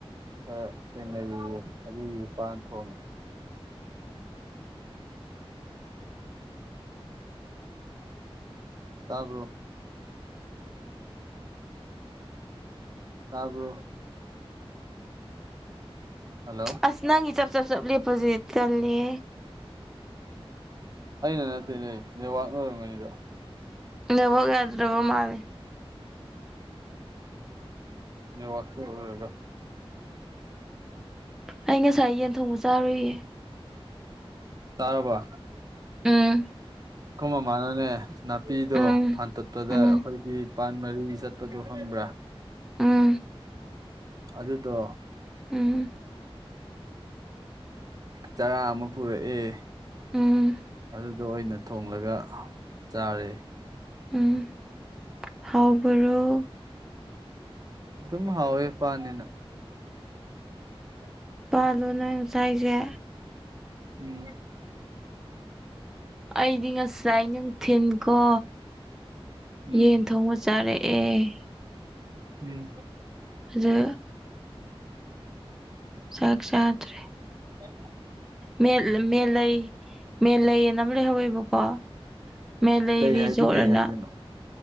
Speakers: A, on the right (about 40°); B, in the centre.
A: ꯈꯔ ꯊꯦꯡꯅꯔꯤꯁꯦ ꯑꯗꯨꯒꯤꯁꯨ ꯄꯥꯟ ꯊꯣꯡꯅꯤ ꯇꯥꯄꯣ ꯇꯥꯕꯨ ꯍꯜꯂꯣ
B: ꯑꯁ ꯅꯪꯒꯤ ꯆꯞ ꯆꯞ ꯆꯞ ꯂꯦꯞꯄꯁꯤꯦ ꯆꯜꯂꯦ
A: ꯑꯩꯅ ꯅꯠꯇꯦꯅꯦ ꯅꯦꯠꯋꯥꯛꯅ ꯑꯣꯏꯔꯝꯒꯅꯤꯗ
B: ꯅꯕꯒꯦꯗ꯭ꯔꯕ ꯃꯥꯦ
A: ꯋꯥꯁꯇꯒ
B: ꯑꯩ ꯉꯁꯥꯏ ꯌꯦꯟ ꯊꯣꯡꯕ ꯆꯥꯔꯨꯏꯌꯦ
A: ꯇꯥꯔꯕ
B: ꯎꯝ
A: ꯑꯀꯨꯝ ꯃꯃꯥꯅꯅꯦ ꯅꯥꯄꯤꯗꯣ
B: ꯎꯝ
A: ꯐꯟꯇꯠꯄꯗ
B: ꯎꯝ
A: ꯑꯩꯈꯣꯏꯒꯤ ꯃ ꯄꯥꯟ ꯃꯔꯤ ꯆꯠꯄꯗꯣ ꯐꯪꯕ꯭ꯔꯥ
B: ꯎꯝ
A: ꯑꯗꯨꯗꯣ
B: ꯎꯝ
A: ꯆꯔꯥ ꯑꯃ ꯄꯨꯔꯛꯑꯦ
B: ꯎꯝ
A: ꯑꯗꯨꯗ ꯑꯣꯏꯅ ꯊꯣꯡꯂꯒ ꯆꯥꯔꯦ
B: ꯎꯝ ꯍꯥꯎꯕ꯭ꯔꯣ
A: ꯑꯗꯨꯝ ꯍꯥꯎꯋꯦ ꯄꯅꯤꯅ ꯌꯥꯗ
B: ꯄꯥꯜꯣꯅ ꯆꯥꯏꯁꯦ
A: ꯎꯝ
B: ꯑꯩꯗꯤ ꯉꯁꯥꯏ ꯅꯨꯡꯊꯤꯟꯀꯣ
A: ꯎꯝ
B: ꯌꯦꯟ ꯊꯣꯡꯕ ꯆꯥꯔꯦꯑꯦ ꯎ
A: ꯎꯝ
B: ꯑꯗꯨ ꯆꯥꯛ ꯆꯥꯗ꯭ꯔꯦ
A: ꯆ
B: ꯃꯦꯂꯩ ꯃꯦꯂꯩꯅ ꯑꯃ ꯂꯩꯍꯧꯋꯦꯕꯀꯣ ꯃꯦꯂꯩ ꯔꯤꯖꯣꯔꯠ
A: ꯍꯥꯏꯗꯤ ꯀꯩ
B: ꯑꯅ
A: ꯍꯥꯏꯗꯣꯏꯅꯣ